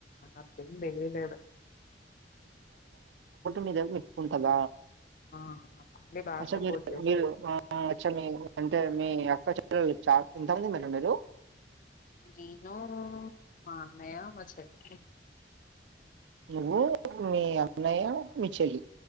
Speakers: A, on the left (about 50°); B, on the right (about 90°).
A: అంత ఏం తెలియలేదు
B: మీద మీ అక్క ఉంటద
A: ఆ మా ఫ్యామిలీ బాగా
B: అచ్చ
A: సపోర్ట్
B: మీరు
A: చేసి
B: మీరు అచ్చ మీరు అంటే మీ అక్క చెల్లెళ్ళు చాలా మంది ఎంత మంది మేడం మీరు
A: నేను మా అన్నయ మాచెల్లి
B: నువ్వు మీ అన్నయ్య మీ చెల్లి